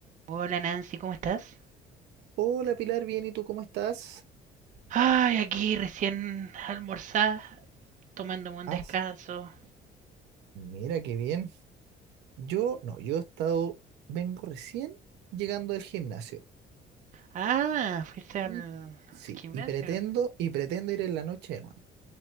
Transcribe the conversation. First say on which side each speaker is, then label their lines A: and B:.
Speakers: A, on the right; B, on the right.
A: Hola Nancy, ¿cómo estás?
B: Hola Pilar, bien, ¿y tú cómo estás?
A: Ay, aquí recién almorzada, tomándome un
B: Ah,
A: descanso.
B: s- mira qué bien. Yo, no, yo he estado, vengo recién llegando del gimnasio.
A: Ah, ¿fuiste al,
B: Y
A: al
B: sí,
A: gimnasio?
B: y pretendo, y pretendo ir en la noche de nuevo.